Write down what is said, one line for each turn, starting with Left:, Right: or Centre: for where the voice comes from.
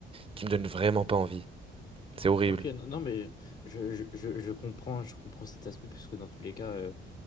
Right: qui me donne vraiment pas envie. C'est horrible.
Left: Ok, non, non, mais je, je, je, je comprends, je comprends cet aspect, puisque dans tous les cas. euh,